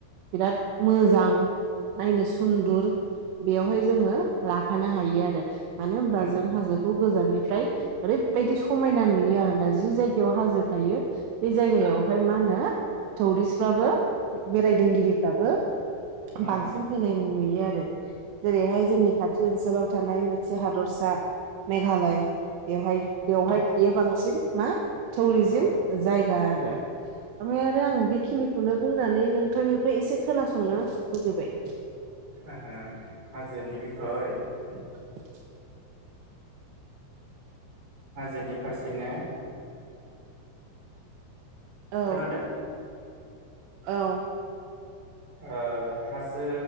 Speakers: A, on the right; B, on the right.
A: बिराद मोजां नायनो सुन्दुर बेयावहाय जोङो लाफानो हायो आरो मानो होनबा
B: उम
A: जों हाजोखौ गोजाननिफ्राय ओरैबायदि स समायना नुयो आरोना जि जायगायाव हाजो थायो बे जायगायाव ओमफाय मा होनो टौरिस्फ्राबो बेरायदिगिरिफ्राबो
B: उम
A: बांसिन फैनाय नुयो आरो जेरैहाय जोंनि खाथि ओनसोलाव थानाय मोनसे हादरसा मेघालय बेवहाय बेवहाय बियो बांसिन मा टौरिजिम
B: औ
A: जायगा आरो ओमफ्राय आरो आं बेखिनिखौनो बुंनानै नोंथांनिफ्राय एसे खोनासंनो लुगैबाय
B: ओ हाजोनि <unintelligible>
A: <inaudible>
B: हाजोनि फारसेनो
A: औ
B: खोनादों
A: औ
B: ओ हाजो